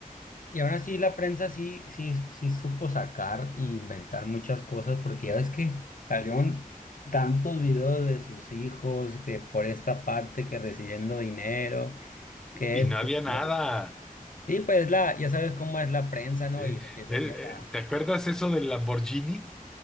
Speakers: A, on the left; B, in the centre.
A: Y aún así la prensa sí, sí, sí supo sacar e inventar muchas cosas, porque ya ves que salieron tantos videos de sus hijos, que por esta parte, que recibiendo dinero, que
B: Y
A: esto.
B: no había
A: y
B: nada.
A: lo- otro. Sí, pues la, ya sabes cómo es la prensa, ¿no?
B: ¿sí? Eh,
A: Y lo que sería
B: eh,
A: la...
B: ¿Te acuerdas eso del Lamborghini?